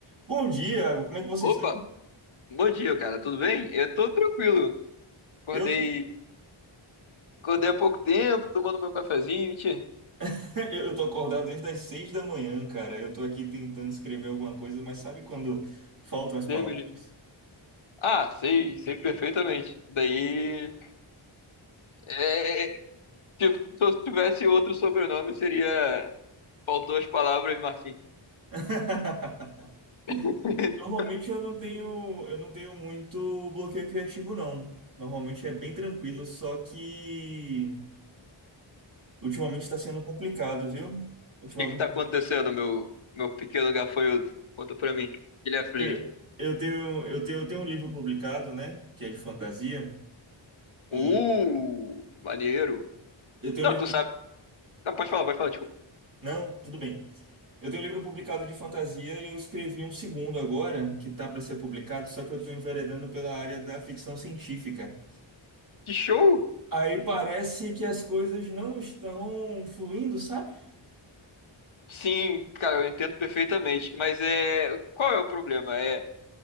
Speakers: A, on the right (about 40°); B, on the left (about 70°).
A: Bom dia, como é que você
B: Opa,
A: está?
B: bom dia, cara. Tudo bem? Eu tô tranquilo. Acordei,
A: Eu, tô-
B: acordei há pouco tempo, tomando meu cafezinho, tchê.
A: <laughs> eu tô acordado desde as seis da manhã, cara. Eu tô aqui tentando escrever alguma coisa, mas sabe quando faltam as
B: Deus
A: palavras?
B: me livre. Ah, sei, sei perfeitamente. Daí, é, é, tipo, se eu tivesse outro sobrenome, seria... Faltou as palavras, Martim.
A: <laughs>
B: <laughs>
A: Normalmente eu não tenho, eu não tenho muito bloqueio criativo, não. Normalmente é bem tranquilo, só que ultimamente está sendo complicado, viu?
B: O
A: Ultimamente
B: que que tá acontecendo, meu, meu pequeno gafanhoto? Conta pra mim. Ele aflige.
A: eu, eu tenho, eu tenho, eu tenho um livro publicado, né? Que é de fantasia, e
B: Uh, maneiro.
A: eu tenho
B: Não,
A: um livro.
B: tu sabe. Não, pode falar, pode falar. Tipo,
A: Não, tudo bem. Eu tenho um livro publicado de fantasia e eu escrevi um segundo agora, que tá para ser publicado, só que eu estou enveredando pela área da ficção científica.
B: que show?
A: Aí parece que as coisas não estão fluindo, sabe?
B: Sim, cara, eu entendo perfeitamente. Mas é. Qual é o problema? É,